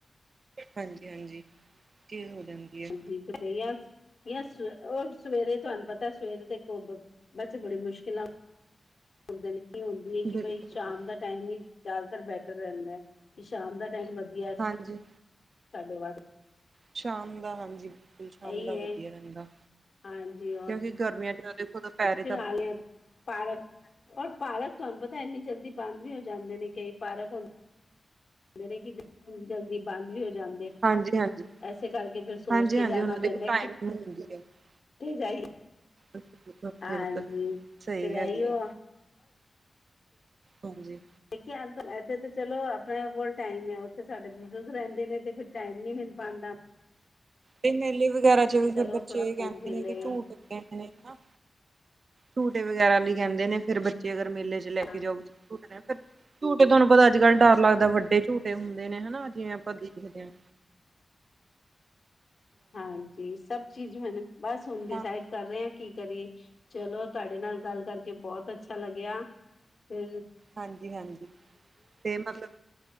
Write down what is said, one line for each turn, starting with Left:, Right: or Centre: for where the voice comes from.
Right: ਹਾਂਜੀ-ਹਾਂਜੀ ਚੀਜ਼ ਹੋ ਜਾਂਦੀ ਏ।
Left: ਜੀਤ ਗਈਆਸ ਜਾਂ ਉਹ ਸਵੇਰੇ ਤੁਹਾਨੂੰ ਪਤਾ, ਸਵੇਰੇ ਤੇ, ਦੇਖੋ ਬੱਚੇ ਬੜੀ ਮੁਸ਼ਕਿਲਾਂ ਉਠਦੇ ਨੇ ਕੀ, ਹੁੰਦੀ ਹੈ
Right: ਬਿਲਕੁਲ
Left: ਕਿ, ਬਾਈ ਸ਼ਾਮ
Right: ਬਿਲਕੁਲ
Left: ਦਾ ਟਾਈਮ ਵੀ ਜ਼ਿਆਦਾਤਰ ਬੈਟਰ ਰਹਿੰਦਾ ਏ, ਕਿ ਸ਼ਾਮ ਦਾ ਟਾਈਮ ਵਧੀਆ
Right: ਹਾਂਜੀ।
Left: ਤੁਹਾਡੇ ਵਾਸ
Right: ਸ਼ਾਮ ਦਾ ਹਾਂਜੀ, ਬਿਲਕੁਲ ਸ਼ਾਮ
Left: ਇਹੀ
Right: ਦਾ ਵਧੀਆ
Left: ਹੈ
Right: ਰਹਿੰਦਾ।
Left: ਹਾਂਜੀ। ਹੋਰ
Right: ਕਿਉਂਕਿ ਗਰਮੀਆਂ ਚ ਦੇਖੋ ਤਾਂ ਦੋਪੈਹਰੇ
Left: <unintelligible> ਪਾਰਕ ਔਰ ਪਾਰਕ ਤੁਹਾਨੂੰ ਪਤਾ ਇੰਨੀ ਜਲਦੀ ਬੰਦ ਵੀ ਹੋ ਜਾਂਦੇ ਨੇ ਕਈ ਪਾਰਕ ਹੁੰ ਯਣੀ ਕਿ, ਜਲਦੀ ਬੰਦ ਵੀ ਹੋ ਜਾਂ
Right: ਹਾਂਜੀ ਹਾਂਜੀ
Left: ਇਸੇ ਕਰਕੇ, ਫਿਰ ਸੋਚਕੇ
Right: ਹਾਂਜੀ ਹਾਂਜੀ
Left: ਜਾਣਾ
Right: ਉਹਨਾਂ ਦੇ
Left: ਪੈਂਦਾ ਕਿ
Right: <unintelligible>
Left: ਥੇ ਜਾਈ,
Right: ਬਿਲਕੁਲ
Left: ਹਾਂਜੀ।
Right: ਸਹੀ
Left: ਫਿਰ
Right: ਗੱਲ
Left: ਐਈਯੋ
Right: ਹੈ
Left: ਆ।
Right: ਹਾਂਜੀ।
Left: ਦੇਖਿਆ ਐਥੇ ਤੇ ਚਲੋ ਆਪਣੇ ਕੋਲ ਟਾਈਮ ਹੈ, ਉੱਥੇ ਸਾਡੇ ਬਜ਼ੁਰਗ ਰਹਿੰਦੇ ਨੇ, ਤੇ ਫਿਰ ਟਾਈਮ ਨਹੀਂ ਮਿਲ ਪਾਂਦਾ।
Right: ਇਹ ਮੇਲੇ ਵਗੈਰਾ'ਚ ਵੀ ਫਿਰ
Left: ਚਲੋ
Right: ਬੱਚੇ
Left: ਥੋੜਾ ਘੁੰਮ
Right: ਇਹ ਕਹਿੰਦੇ
Left: ਫਿਰ
Right: ਨੇ,
Left: ਲਏ
Right: ਕਿ ਝੂਠ ਲੱਗੇ ਨੇ ਹਨਾ। ਝੂਟੇ ਵਗੈਰਾ ਲਈ ਕਹਿੰਦੇ ਨੇ, ਫਿਰ ਬੱਚੇ ਅਗਰ ਮੇਲੇ' ਚ ਲੈਕੇ
Left: ਜਾਂ
Right: ਜਾਓ। ਝੂ ਫਿਰ ਝੂਟੇ ਤੁਹਾਨੂੰ ਪਤਾ ਅੱਜ-ਕੱਲ੍ਹ ਡਰ ਲੱਗਦਾ, ਵੱਡੇ ਝੂਟੇ ਹੁੰਦੇ ਨੇ ਹਨਾ, ਜਿਵੇਂ ਆਪਾਂ ਦੇਖਦੇ ਹਾਂ।
Left: ਹਾਂਜੀ, ਸਭ ਚੀਜ਼ ਹਨ, ਬਸ ਹੁਣ ਡਿਸਾਈਡ
Right: ਹਾਂ
Left: ਕਰ ਰਹੇ ਹ, ਕੀ ਕਰੀਏ ਚਲੋ ਤੁਹਾਡੇ ਨਾਲ ਗੱਲ ਕਰਕੇ ਬਹੁਤ ਅੱਛਾ ਲੱਗਿਆ। ਫੇਰ
Right: ਹਾਂਜੀ ਹਾਂਜੀ, ਤੇ ਮਤਲਬ,